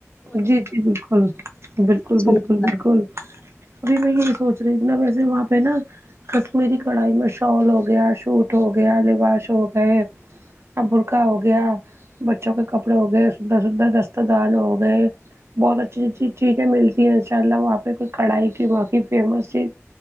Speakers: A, on the right (about 55°); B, on the left (about 25°).
A: جی جی بالکل بالکل
B: اچھا
A: بالکل
B: لگتا
A: بالکل
B: ہے
A: ابھی میں یہی سوچ رہی تھی ویسے وہاں پہ نا کشمیری کڑھائی میں شال ہوگیا سوٹ ہو گیا لباش ہو گئے برقہ ہو گیا بچوں کے کپڑے ہو گئے سندر سندر دست دان ہو گئے بہت اچھی اچھی چیزیں ملتی ہیں ان شاء اللہ وہاں پہ کوئی کڑھائی کی واں کی فیمس چیز